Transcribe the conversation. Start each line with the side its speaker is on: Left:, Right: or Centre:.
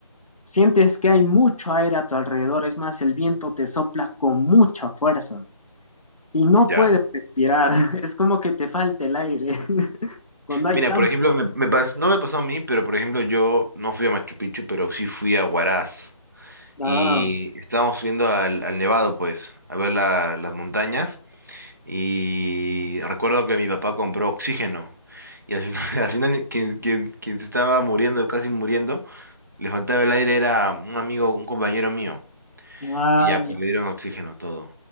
Left: Sientes que hay mucho aire a tu alrededor, es más, el viento te sopla con mucha fuerza. y no
Right: <laughs> ya.
Left: puedes respirar. <laughs> Es como que te falta el aire. <laughs> Cuando hay
Right: Mira,
Left: tan...
Right: por ejemplo, me, me pas- no me pasó a mí, pero por ejemplo yo no fui a Machu Picchu, pero sí fui a Huaraz.
Left: Ah,
Right: Y estábamos subiendo al, al Nevado, pues, a ver la- las montañas. Y recuerdo que mi papá compró oxígeno. Y al final, <laughs> al final quien, quien- quien se estaba muriendo, casi muriendo, le faltaba el aire, era un amigo, un compañero mío.
Left: ah,
Right: Y ya, pues le dieron oxígeno todo.